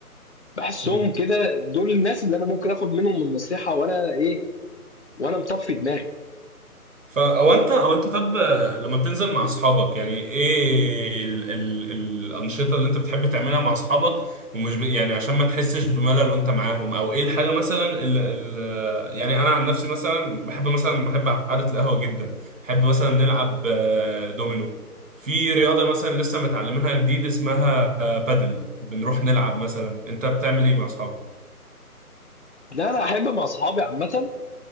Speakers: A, on the left; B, on the right.
A: بحسهم
B: امم
A: كده دول الناس اللي انا ممكن اخد منهم النصيحه وانا ايه وانا مطفي دماغي
B: فا او انت او انت طب لما بتنزل مع اصحابك يعني ايه ال ال الانشطه اللي انت بتحب تعملها مع اصحابك ومش ب... يعني عشان ما تحسش بملل وانت معاهم او ايه الحاجه مثلا ال ال يعني انا عن نفسي مثلا بحب مثلا بحب قعده القهوه جدا بحب مثلا نلعب آه، دومينو في رياضه مثلا لسه متعلمينها جديد اسمها آه، بادل بنروح نلعب مثلا انت بتعمل ايه مع اصحابك
A: لا انا احب مع اصحابي عامه